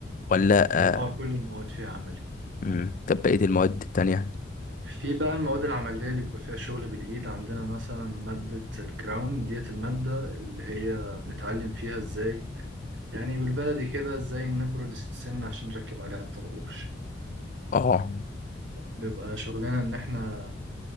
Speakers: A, on the left; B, on the right.
A: ولا
B: هي اه
A: آه.
B: كل المواد فيها عملي
A: مم. طب بقية المواد التانية
B: في بقى المواد العملية اللي بيبقى فيها شغل بالإيد عندنا مثلا مادة الكراون ديت المادة اللي هي بنتعلم فيها ازاي يعني بالبلدي كده ازاي نبرد السن عشان نركب عليها الطربوش
A: اه
B: بيبقى شغلنا ان احنا